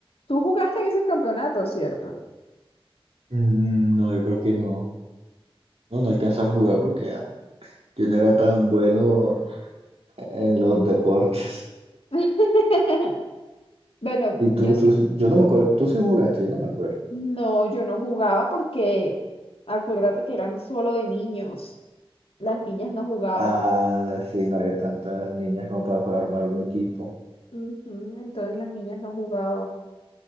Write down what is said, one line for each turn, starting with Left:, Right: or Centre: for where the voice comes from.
Left: Tú jugaste en esos campeonatos, ¿cierto?
Right: Mm, No, yo creo que no. No, no alcanzas a jugar porque ah, yo no era tan bueno en los deportes.
Left: <laughs> Bueno,
Right: Y
Left: yo
Right: tú,
Left: sí,
Right: tú, yo no me acuerdo, tú sí jugaste, yo no me acuerdo.
Left: no, yo no jugaba porque acuérdate que eran solo de niños. Las niñas no jugaban.
Right: Ah, sí, no había tantas niñas como para poder armar un equipo.
Left: Ujú, entonces las niñas no jugaban.